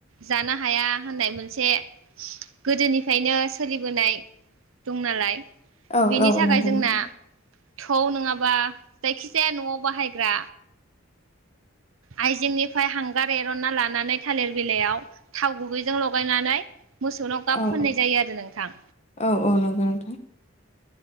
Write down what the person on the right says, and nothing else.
जानो हाया होननाय मोनसे गोदोनि खायनो सोलिबोनाय दं नालाय।
बिनि
थाखाय
जोंना
थौ नङाबा जायखिजाया नआव बाहायग्रा आइजेंनिफ्राय हांगार एरनना लानानै थालिर बिलाइयाव थाव गुबैजों लगायनानै मोसौनाव गाब
फोननाय जायो आरो नोंथां।